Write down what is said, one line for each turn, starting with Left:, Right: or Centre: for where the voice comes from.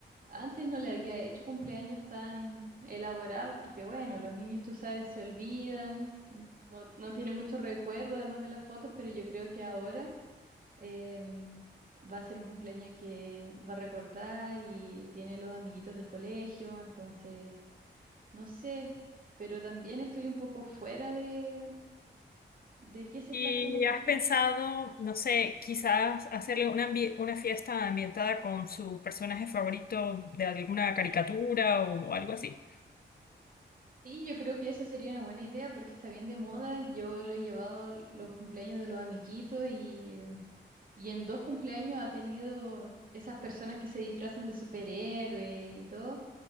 Right: antes no le había hecho cumpleaños tan elaborados, porque bueno, los niños, tú sabes, se olvidan, mm, no, no tienen mucho recuerdo además de las fotos, pero yo creo que ahora em, va a ser un cumpleaños que va a recordar y tiene los amiguitos del colegio, entonces, no sé, pero también estoy un poco fuera de, de qué se
Left: ¿Y
Right: está haciendo para
Left: has
Right: los
Left: pensado,
Right: niños.
Left: no sé, quizás hacerle una, ambi- una fiesta ambientada con su personaje favorito de alguna caricatura o algo así?
Right: Sí, yo creo que esa sería una buena idea porque está bien de moda. Yo lo he llevado a los cumpleaños de los amiguitos y, eh, y en dos cumpleaños ha tenido esas personas que se disfrazan de superhéroe y todo.